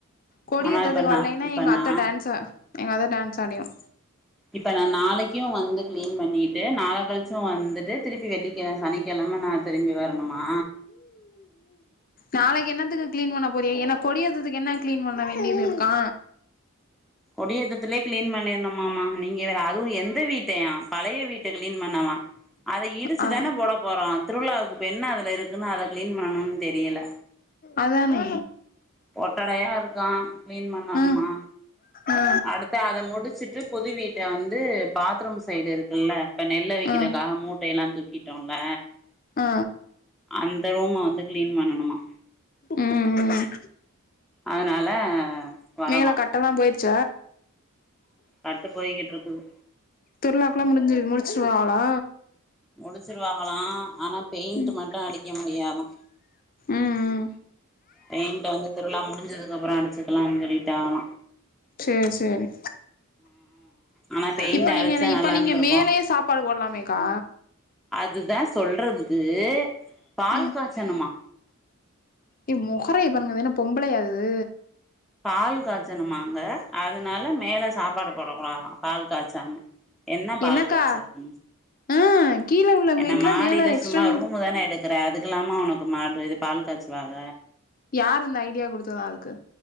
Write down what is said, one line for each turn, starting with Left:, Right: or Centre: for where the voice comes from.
Left: கொடி
Centre: ஆனா
Left: ஏத்ததுக்கு
Centre: இப்ப நா
Left: வல்லைன்னா
Centre: இப்ப
Left: எங்க
Centre: நா
Left: அத்தை டான்ஸ் எங்க அத்தை டான்ஸ் ஆடிரு
Centre: இப்ப நா நாளைக்கு வந்து கிளீன் பண்ணிட்டு நாளை கழிச்சு வந்து திருப்பி வெள்ளிக்கிழ சனிக்கிழமை நா திரும்பி வரணுமா
Left: நாளைக்கு என்னத்துக்கு கிளீன் பண்ண போறிகா என்ன கொடியேதைதுக்கு என்ன கிளீன் பண்ண வேண்டியது இருக்கா
Centre: கொடிய ஏத்தத்துலே கிளீன் பண்ணிருனுமாமா நீங்க வேற அதுவு எந்த வீட்டையா பழைய வீட்டை கிளீன் பண்ணவா வா அதை இடிச்சு
Left: ஆ
Centre: தானே போட போறோ திருவிழாவுக்கு இப்ப என்ன அதுல இருக்குன்னு அதை கிளீன் பண்ணணும்னு தெரியல
Left: அதானே
Centre: ஒட்டடையா இருக்கா கிளீன் பண்ணணுமா
Left: ஆ ஆ
Centre: அடுத்த அத முடிச்சுட்டு புது வீட்டை வந்து பாத்ரூம் சைடு இருக்குல்ல இப்ப நெல் வைக்க
Left: ஆ
Centre: இதுக்காக மூட்டை எல்லா தூக்கிட்டோல
Left: ஆ
Centre: அந்த ரூம வந்து கிளீன் பண்ணணுமா
Left: ம் ம்
Centre: அதனால வரவா
Left: மேல கட்டல்லா போய்ருச்ச
Centre: கட்டு போய்கிட்டு இருக்குது
Left: திருலாக்குலாம் முடிஞ்சு முடிச்சிருவாங்கலா
Centre: முடிச்சிருவாகலா ஆனா பெயிண்ட்
Left: ம்
Centre: மட்டு அடிக்க முடியாதா
Left: ம் ம்
Centre: பெயின்ட்டு வந்து திருவிழா முடிஞ்சதுக்கு அப்றோ அடிச்சுக்கலானு சொல்லிட்டாகளா
Left: சேர் சேரி
Centre: ஆனா பெயிண்ட்
Left: இப்பொ
Centre: அடிச்சா
Left: நீங்க என்ன இப்ப
Centre: நல்லா
Left: நீங்க
Centre: இருந்திருக்கு
Left: மேலயே சாப்பாடு போட்லாமேக்கா
Centre: இதுதே சொல்றதுக்கு பால்
Left: ம்
Centre: காச்சணுமா
Left: ஏ மொஹரைய பாருங்க‌ இதென்ன பொம்பளையா இது
Centre: பால் காச்சணுமாங்க அதுனால மேல சாப்பாடு போடக்கூடாதா பால் காச்சாம என்ன பால்
Left: என்னக்கா
Centre: காச்சுற நீ
Left: ஆ கீழ உள்ள மீட்ல
Centre: என்ன மாடில
Left: மேல எக்ஸ்டன்
Centre: சும்மா ரூமு தான எடுக்குற அதுக்குலாமா ஒனக்கு மாடு இது பால் காச்சுவாக
Left: யார் இந்த ஐடியா குடுத்ததா அதுக்கு